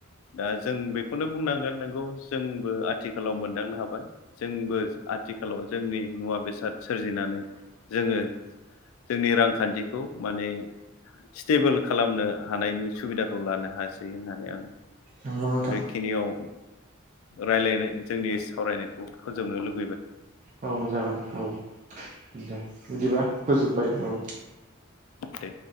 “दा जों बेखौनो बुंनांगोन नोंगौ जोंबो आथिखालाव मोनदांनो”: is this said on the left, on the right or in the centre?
Left